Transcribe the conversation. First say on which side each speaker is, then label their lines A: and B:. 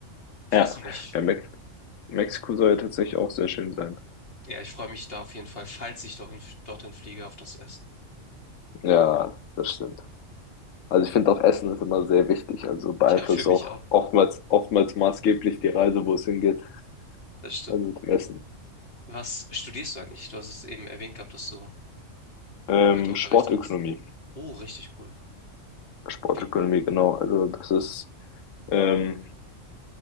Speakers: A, on the left; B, on the left.
A: Ich
B: Ja,
A: weiß noch nicht.
B: ja, Mex Mexiko soll ja tatsächlich auch sehr schön sein.
A: Ja, ich freue mich da auf jeden Fall, falls ich dorthin, dorthin fliege, auf das Essen.
B: Ja, das stimmt. Also ich finde auch Essen ist immer sehr wichtig. Also beeinflusst
A: <laughs> Ja, für mich
B: auch
A: auch.
B: oftmals, oftmals maßgeblich die Reise, wo es hingeht.
A: Das stimmt.
B: Also mit dem Essen.
A: Was studierst du eigentlich? Du hast es eben erwähnt gehabt, dass du
B: Ähm,
A: heute Unterricht
B: Sportökonomie.
A: hattest. Oh, richtig cool.
B: Sportökonomie,
A: Wie?
B: genau. Also das ist ähm,